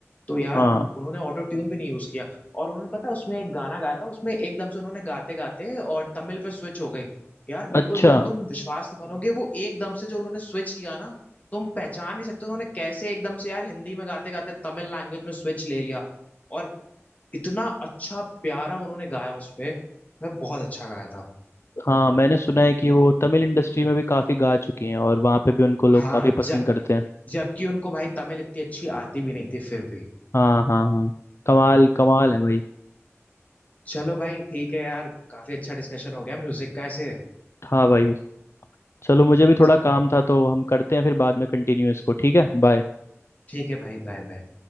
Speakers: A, on the left (about 30°); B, on the left (about 60°).
A: तो यार
B: हाँ
A: उन्होंने ऑटो ट्यून भी नहीं यूज किया और उन्होंने पता है, उसमें एक गाना गाया था उसमें एकदम से उन्होंने गाते गाते और तमिल पे स्विच हो गई यार बिल्कुल
B: अच्छा
A: मतलब तुम विश्वास नहीं मानोगे वो एकदम से जो उन्होंने स्विच किया ना तुम पहचान नहीं सकते उन्होंने कैसे एकदम से यार हिंदी में गाते गाते तमिल लैंग्वेज में स्विच ले लिया और इतना अच्छा प्यारा उन्होंने गाया उस पे मैं बहुत अच्छा गाया था
B: हाँ मैंने सुना है कि वो तमिल इंडस्ट्री में भी काफी गा चुकी हैं और वहाँ पे भी उनको लोग
A: हाँ
B: काफी पसंद
A: जब
B: करते हैं
A: जबकि उनको भाई तमिल इतनी अच्छी आती भी नहीं थी फिर भी
B: हाँ हाँ हाँ कमाल कमाल है भाई
A: चलो भाई ठीक है यार काफी अच्छा डिस्कशन हो गया म्यूजिक का ऐसे
B: हाँ भाई चलो मुझे भी थोड़ा
A: चलो
B: काम था तो हम करते हैं फिर बाद में कंटिन्यू इसको ठीक है बाय
A: ठीक है भाई बाय बाय